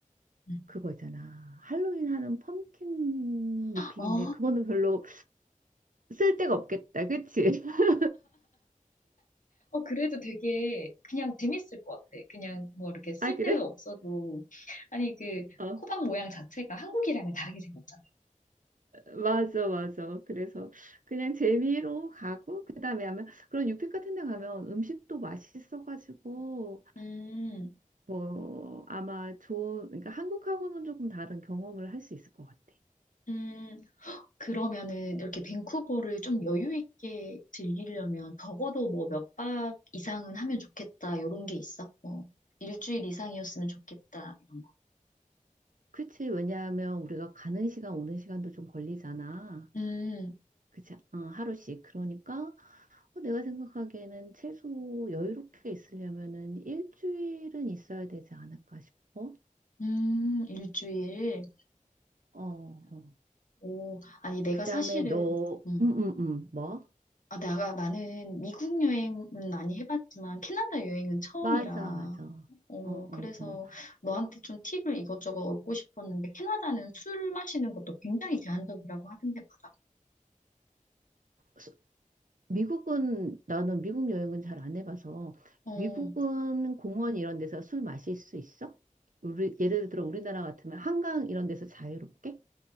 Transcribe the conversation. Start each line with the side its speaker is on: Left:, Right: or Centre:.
Left: 음.
Right: 그거 있잖아. 할로윈 하는 펌킨 유픽인데
Left: 아,
Right: 그거는 별로 쓸데가 없겠다. 그치? <laughs>
Left: 어, 그래도 되게 그냥 재밌을 것 같아. 그냥 뭐 이렇게 쓸데없어도.
Right: 아, 그래?
Left: 아니, 그
Right: 어.
Left: 호박 모양 자체가 한국이랑은 다르게 생겼잖아.
Right: 맞아, 맞아. 그래서 그냥 재미로 가고, 그 다음에 아마 그런 유페 같은 데 가면 음식도 맛있어가지고,
Left: 음,
Right: 뭐, 아마 좋은, 그러니까 한국하고는 조금 다른 경험을 할 수 있을 것 같아.
Left: 음, 그러면은 이렇게 밴쿠버를 좀 여유 있게 즐기려면 적어도 뭐 몇 박 이상은 하면 좋겠다. 이런 게 있어. 뭐 일주일 이상이었으면 좋겠다. 이런 거.
Right: 그치, 왜냐하면 우리가 가는 시간, 오는 시간도 좀 걸리잖아.
Left: 음,
Right: 그치, 어, 하루씩. 그러니까 어, 내가 생각하기에는 최소 여유롭게 있으려면은 일주일은 있어야 되지 않을까 싶어.
Left: 음, 일주일.
Right: 어, 어.
Left: 오, 아니, 내가
Right: 그 다음에
Left: 사실은,
Right: 너,
Left: 음.
Right: 음, 음, 음, 뭐?
Left: 아, 내가, 나는 미국 여행은 많이 해봤지만 캐나다 여행은 처음이라,
Right: 맞아, 맞아.
Left: 어,
Right: 어, 어,
Left: 그래서
Right: 어.
Left: 너한테 좀 팁을 이것저것 얻고 싶었는데, 캐나다는 술 마시는 것도 굉장히 제한적이라고 하던데, 맞아.
Right: 스- 미국은 나는 미국 여행은 잘 안 해봐서
Left: 어,
Right: 미국은 공원 이런 데서 술 마실 수 있어? 우리 예를 들어 우리나라 같으면 한강 이런 데서 자유롭게?